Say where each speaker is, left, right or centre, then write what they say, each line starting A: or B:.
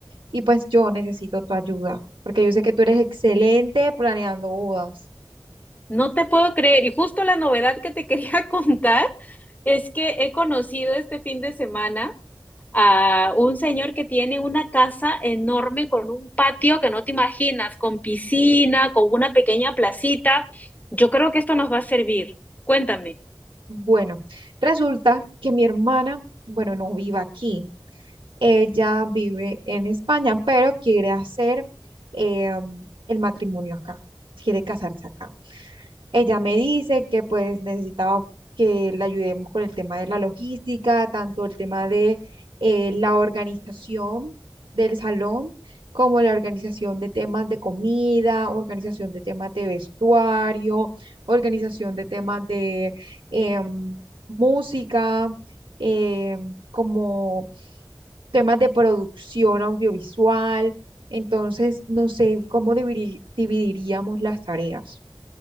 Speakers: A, on the right; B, on the left.
A: y pues yo necesito tu ayuda, porque yo sé que tú eres excelente planeando bodas.
B: No te puedo creer. Y justo la novedad que te quería <laughs> contar es que he conocido este fin de semana a un señor que tiene una casa enorme con un patio que no te imaginas, con piscina, con una pequeña placita. Yo creo que esto nos va a servir. Cuéntame.
A: Bueno, resulta que mi hermana, bueno, no vive aquí, ella vive en España, pero quiere hacer eh, el matrimonio acá, quiere casarse acá. Ella me dice que pues necesitaba que la ayudemos con el tema de la logística, tanto el tema de eh, la organización del salón, como la organización de temas de comida, organización de temas de vestuario, organización de temas de em, música, em, como temas de producción audiovisual. Entonces, no sé cómo dividi- dividiríamos las tareas.